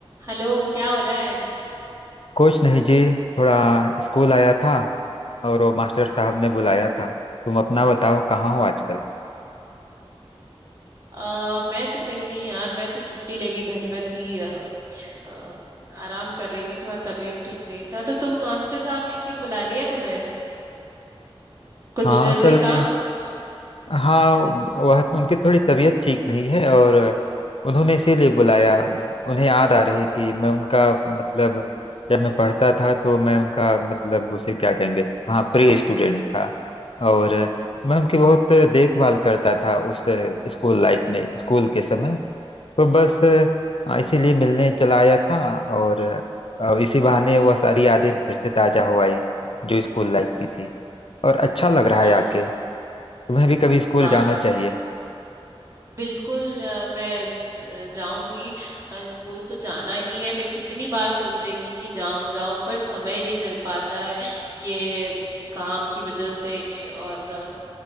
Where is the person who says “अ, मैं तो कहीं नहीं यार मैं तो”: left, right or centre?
Right